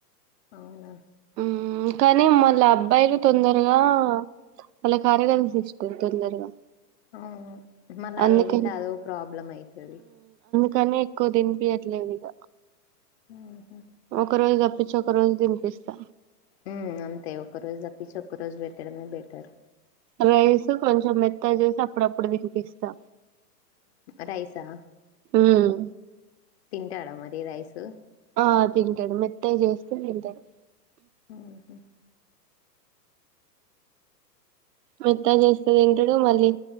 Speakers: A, on the left (about 40°); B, on the right (about 75°).
A: అవునా.
B: ఉమ్ కానీ మళ్ళీ అబ్బాయిలు తొందరగా. వాళ్లకు అరగదు సిస్టర్ తొందరగా.
A: అవును మళ్ళీ అరగకుంటే
B: అందుకని
A: అదో ప్రాబ్లం అయితది.
B: కానీ ఎక్కువ తినిపియట్లేదు ఇగ.
A: ఉమ్.
B: ఒక రోజు తప్పించి ఒక రోజు తిన్పిస్త్.
A: ఉమ్ అంతే ఒక్క రోజు తప్పించి ఒక్క రోజు పెట్టడమే బెటర్.
B: రైస్ కొంచెం మెత్తగ చేసి అప్పుడప్పుడు తిన్పిస్తా.
A: రైసా.
B: ఉమ్.
A: తింటాడ మరి రైస్.
B: ఆహ్ తింటాడు మెత్తగ చేస్తే తింటడు.
A: ఉహు
B: మెత్తగ చేస్తే తింటాడు మళ్ళీ.